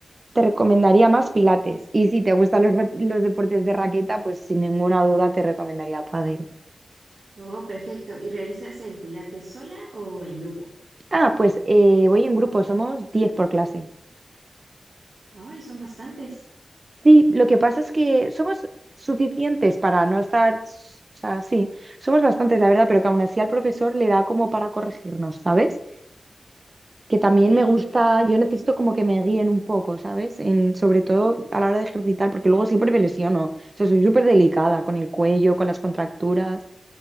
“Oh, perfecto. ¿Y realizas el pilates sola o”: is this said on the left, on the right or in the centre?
Right